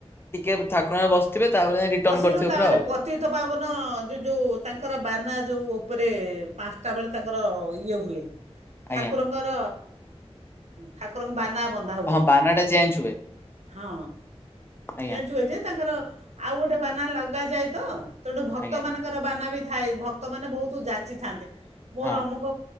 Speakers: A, on the left; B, on the right.
A: ଟିକେ ଠାକୁରଙ୍କ ବସିଥିବେ ତାପରେ ରିଟର୍ଣ
B: ବସିଲୁ
A: କରିଥିବେ
B: ତାପରେ
A: ପୁରା ଆଉ
B: ପ ପତୀତପାବନ ଯେ ଯୋଉ ତାଙ୍କର ବାନା ଯୋଉ ଓପରେ ପାଞ୍ଚଟା ବେଳେ ତାଙ୍କର ଇଏ ହୁଏ।
A: ଆଜ୍ଞା
B: ଠାକୁରଙ୍କର ଠାକୁରଙ୍କ ବାନା ବନ ବନ୍ଧା ହୁଏ।
A: ହଁ ବାନା ଟା ଚେଞ୍ଜ ହୁଏ
B: ହଁ,
A: ଆଜ୍ଞା
B: ଚେଞ୍ଜ ହୁଏ ଯେ ତାଙ୍କର ଆଉ ଗୋଟେ ବାନା ଲଗାଯାଏ ତ, ତେଣୁ ଭକ୍ତମାନଙ୍କ
A: ଆଜ୍ଞା
B: ବାନା ବି ଥାଏ, ଭକ୍ତମାନେ ବହୁତ ଯାଚିଥାନ୍ତି। ମୋର
A: ହଁ
B: ଅମକ